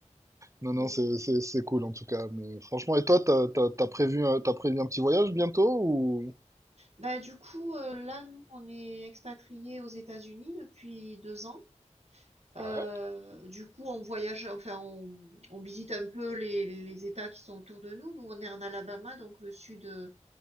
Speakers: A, on the right; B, on the right.
A: Non, non,
B: Mm.
A: c'est, c'est, c'est cool en tout cas. Mais franchement, et toi, t'as, t'as, t'as prévu, euh, t'as prévu un petit voyage bientôt ou?
B: Bah, du coup, euh, là, nous, on est expatriés aux États-Unis depuis deux ans. Euh,
A: Ouais.
B: du coup, on voyage, enfin, on, on visite un peu les, les États qui sont autour de nous. Nous, on est en Alabama, donc le sud euh,